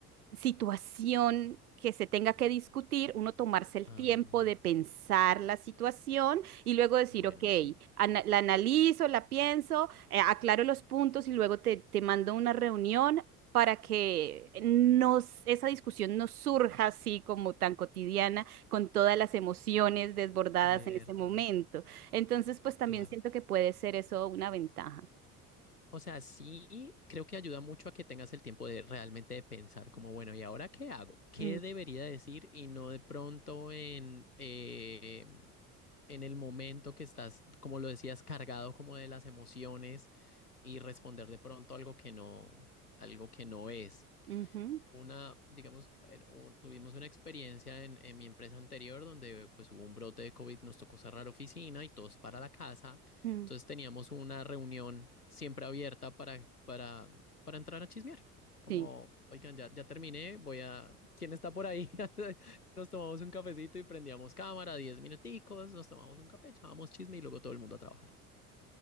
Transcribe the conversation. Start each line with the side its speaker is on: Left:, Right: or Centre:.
Right: situación que se tenga que discutir, uno tomarse el
Left: Ah,
Right: tiempo
Left: no.
Right: de pensar la situación y luego decir,
Left: bueno,
Right: ok,
Left: sí.
Right: ana- la analizo, la pienso, eh, aclaro los puntos y luego te, te mando una reunión para que nos, esa discusión no surja así como tan cotidiana, con todas las emociones desbordadas
Left: Cierto,
Right: en ese momento. Entonces, pues también
Left: claro.
Right: siento que puede ser eso una ventaja.
Left: O sea, sí, creo que ayuda mucho a que tengas el tiempo de realmente de pensar como, bueno, ¿y ahora qué hago? ¿Qué
Right: Mm,
Left: debería decir? Y no de pronto en, eh, en el momento que estás, como lo decías, cargado como de las emociones y responder de pronto algo que no, algo que no es
Right: ujú,
Left: una, digamos, eh, u- tuvimos una experiencia en, en mi empresa anterior donde pues hubo un brote de COVID, nos tocó cerrar oficina y todos para la casa.
Right: mm,
Left: Entonces teníamos una reunión siempre abierta para, para, para entrar a chismear. Como,
Right: sí.
Left: oigan, ya, ya terminé, voy a... ¿Quién está por ahí? <laughs> Nos tomamos un cafecito y prendíamos cámara, 10 minuticos, nos tomamos un café, echábamos chisme y luego todo el mundo a trabajar.